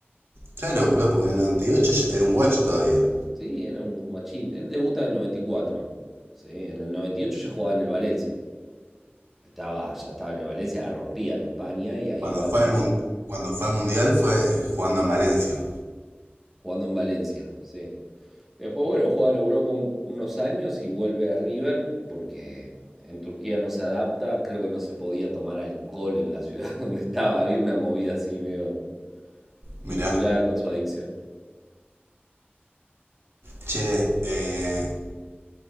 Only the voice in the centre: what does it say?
Sí, era un guachín. Él debuta en el 94. Sí, en el 98 ya jugaba en el Valencia. Estaba, ya estaba en el Valencia, la rompía en España y ahí
iba al
Mundial.
Jugando en Valencia, sí. Después, bueno, juega en Europa un- unos años y vuelve a River porque en Turquía no se adapta. Creo que no se podía tomar alcohol en la ciudad <laughs> donde estaba. Había una movida así medio
vinculada con su adicción.